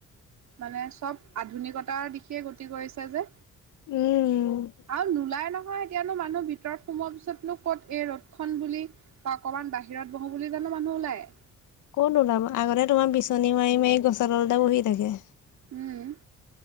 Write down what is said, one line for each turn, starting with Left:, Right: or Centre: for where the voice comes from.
Right: মানে চব আধুনিকতাৰ দিশে গতি কৰিছে যে
Left: উম
Right: আৰু নোলাই ন ন এতিয়ানো মানুহ ভিতৰত সোমোৱাৰ পিছতনো ক'ত এই ৰ'দ খন বুলি বা অকনমান বাহিৰত বহো বুলি জানো না মানুহ ওলাই
Left: কত নোলাম আগতে তোমাৰ বিচনী মাৰি মাৰি গছৰ তলতেটা বহি থাকে
Right: উম